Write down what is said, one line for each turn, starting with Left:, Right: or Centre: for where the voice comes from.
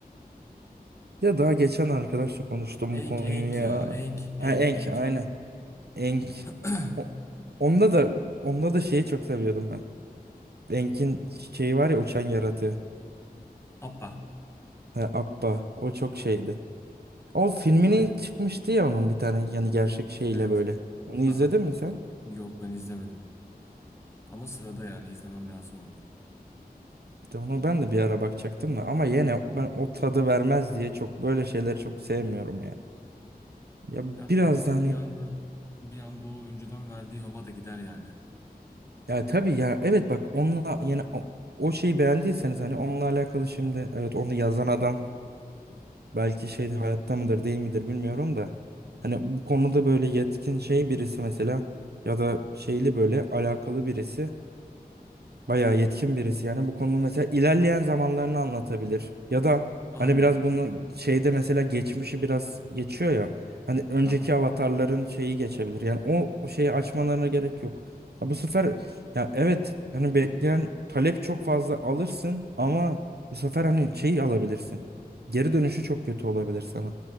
Right: Ya daha geçen arkadaşla konuştum bu
Left: Enk
Right: konuyu
Left: Enk
Right: ya.
Left: ya. Enk Enk
Right: Ha, Enk
Left: Enk.
Right: aynen. Enk.
Left: <clears throat>
Right: O- onda da onda da şeyi çok seviyordum ben. Enk'in şeyi var ya uçan yaratığı.
Left: Appa.
Right: Ha, Appa. O çok şeydi. O filmini
Left: Aynen.
Right: çıkmıştı ya onun bir tane yani gerçek şeyle
Left: Evet.
Right: böyle. Onu
Left: Aha.
Right: izledin mi sen?
Left: Yok ben izlemedim. Ama sırada yani izlemem lazım onu da.
Right: İşte onu ben de bir ara bakacaktım da ama yine ben o tadı vermez diye çok böyle şeyleri çok sevmiyorum ya. Ya biraz
Left: Ya tabii bir de
Right: da hani
Left: bir anda bir anda o önceden verdiği hava da gider yani.
Right: ya tabii ya evet bak onunla yani o, o şeyi beğendiyseniz hani onunla alakalı şimdi evet onu yazan adam belki şey hayatta mıdır değil midir bilmiyorum da hani bu konuda böyle yetkin şey birisi mesela ya da şeyli böyle alakalı birisi Bayağı yetkin birisi yani bu konuda mesela ilerleyen zamanlarını anlatabilir ya da
Left: Aynen.
Right: hani biraz bunu şeyde mesela geçmişi biraz geçiyor ya hani önceki
Left: Aha.
Right: avatarların şeyi geçebilir yani o, o şeyi açmalarına gerek yok. Ya bu sefer ya evet hani bekleyen talep çok fazla alırsın ama bu sefer hani şeyi alabilirsin geri dönüşü çok kötü olabilir sana